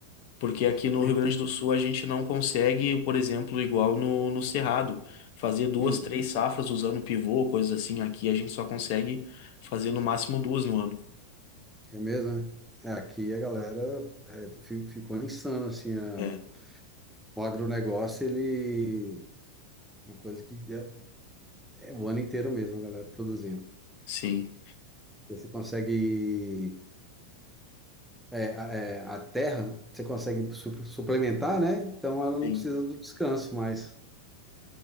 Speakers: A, on the left; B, in the centre.
A: Porque
B: <laughs>
A: aqui no Rio Grande do Sul a gente não consegue, por exemplo, igual no, no Cerrado, fazer duas,
B: Hum,
A: três safras usando pivô, coisas assim. Aqui a gente só consegue fazer no máximo duas no ano.
B: é mesmo, né? É, Aqui a galera é, fi- ficou insano, assim, a-
A: É,
B: o agronegócio, ele, uma coisa que, é, É o ano inteiro mesmo, a galera produzindo.
A: sim.
B: Você consegue. é, a é, a terra, você consegue su- suplementar, né? Então ela não
A: Sim.
B: precisa do descanso mais.